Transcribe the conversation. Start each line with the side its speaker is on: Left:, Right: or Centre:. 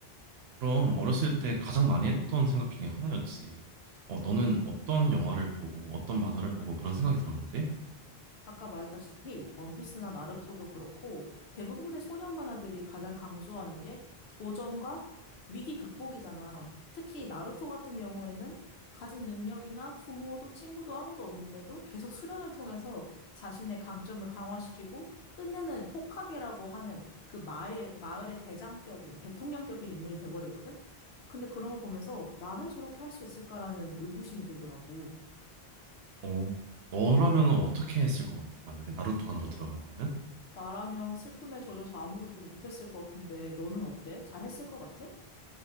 Right: 그럼 어렸을 때 가장 많이 했던 생각 중에 하나였지. 어, 너는 어떤 영화를 보고 어떤 만화를 보고 그런 생각이 들었는데?
Left: 아까 말했다시피 원피스나 나루토도 그렇고 대부분의 소년 만화들이 가장 강조하는 게 도전과 위기 극복이잖아. 특히 나루토 같은 경우에는 가진 능력이나 부모도 친구도 아무도 없는데도 계속 수련을 통해서 자신의 강점을 강화시키고 끝내는 호카게라고 하는 그 마을의, 마을의 대장격인 대통령격인 인물이 돼버리거든. 근데 그런 걸 보면서 나는 저렇게 할 수 있을까라는 의구심이 들더라고.
Right: 어, 너라면 어떻게 했을 것 같아? 만약에 나루토 안으로 들어간다면?
Left: 나라면 슬픔에 젖어서 아무것도 못했을 것 같은데, 너는 어때? 잘했을 것 같아?